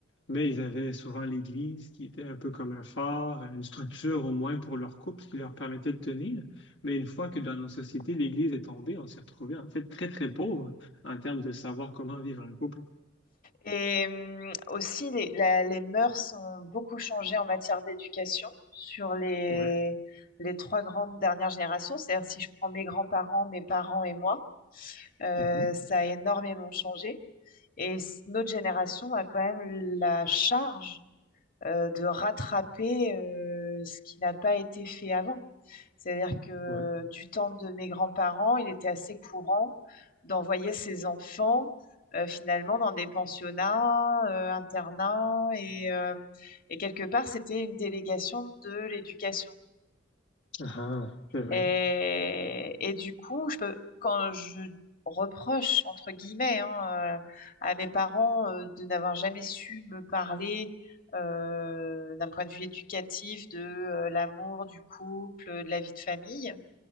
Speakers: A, on the left; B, on the left.
A: mais ils avaient souvent l'Église qui était un peu comme un phare, une structure au moins pour leur couple, ce qui leur permettait de tenir. Mais une fois que dans nos sociétés, l'Église est tombée, on s'est retrouvé en fait très très pauvre en termes de savoir comment vivre un couple.
B: Et hum, aussi, les, la- les mœurs ont beaucoup changé en matière d'éducation sur les,
A: Ouais.
B: les trois grandes dernières générations. C'est-à-dire, si je prends mes grands-parents, mes parents et moi, Euh,
A: Mhm.
B: ça a énormément changé. Et s- notre génération a quand même la charge euh, de rattraper euh, ce qui n'a pas été fait avant. C'est-à-dire que
A: Ouais.
B: du temps de mes grands-parents, il était assez courant d'envoyer ses enfants euh, finalement dans des pensionnats, euh, internats, et, euh, et quelque part, c'était une délégation de l'éducation.
A: Ah, c'est vrai.
B: Et, et du coup, je peux, quand je reproche, entre guillemets, hein, euh, à mes parents euh, de n'avoir jamais su me parler euh, d'un point de vue éducatif de euh, l'amour, du couple, de la vie de famille,